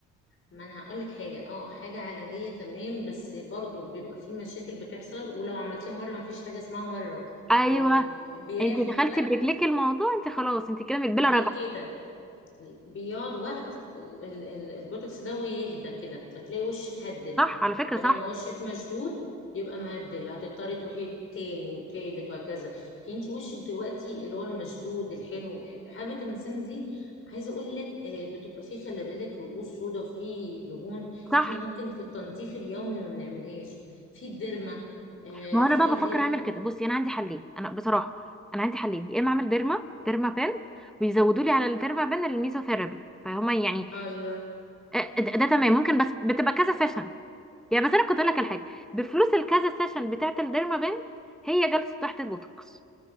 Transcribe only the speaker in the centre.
ايوه
انت دخلتي
برجلك الموضوع انت خلاص انت كده مقبله
راجعه
صح على فكره
صح
صح
ما هو
انا بقى
بفكر
اعمل كده بصي انا عندي حلين انا بصراحه انا عندي حلين يا
اما اعمل ديرما ديرما بان ويزودوا لي على الديرما بان الميزوثيرابي فهما يعني
آه، ده, ده تمام ممكن بس بتبقى كذا سيشن يعني بس انا كنت اقول لك الحاجه بفلوس الكذا سيشن بتاعه الديرما بان هي جلسه تحت البوتوكس